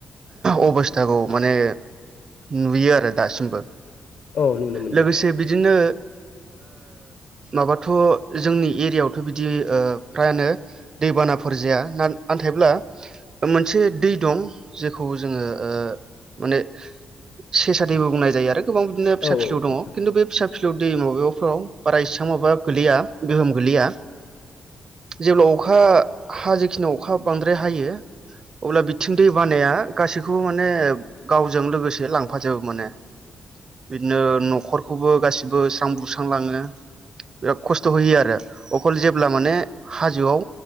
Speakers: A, on the right (about 35°); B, on the left (about 60°).
A: अबस्थाखौ माने नुयो आरो दासिमबो।
B: औ नुनो मोनदों
A: लोगोसे बिदिनो। माबाथ' जोंनि एरियावथ' बिदि फ्रायानो दैबानाफोर जाया ना थायब्ला मोनसे दै दं। जेखौ जोङो माने सेसादैबो बुंनाय जायो आरो। गोबां बिदिनो फिसा
B: औ
A: फिलौ
B: औ
A: दङ खिन्थु बे फिसा फिलौ दै माबायावफोराव। बारा एसेबां गोलैया गोहोम गोल्लैया। जेब्ला अखा हाजेखिनियाव अखा बांद्राय हायो अब्ला बिथिं दै बानाया गासैखौबो माने गावजों लोगोसे लांफाजोबो माने। बिदिनो
B: औ
A: न'खरखौबो गासिबो स्रां सुस्रांलांङो। बिराद खस्थ' होयो आरो अखल जेब्ला माने हाजोआव